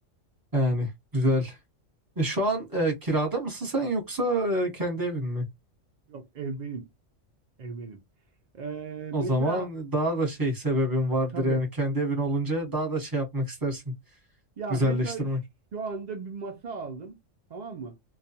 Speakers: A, on the right; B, on the right.
A: yani güzel. E, şu an e, kirada mısın sen yoksa e, kendi evin mi?
B: Yok ev benim. Ev benim. Ee,
A: O
B: mesela
A: zaman daha da şey sebebin vardır
B: tabii
A: yani kendi evin olunca daha da şey yapmak istersin.
B: ya
A: Güzelleştirmek.
B: mesela şu anda bir masa aldım tamam mı?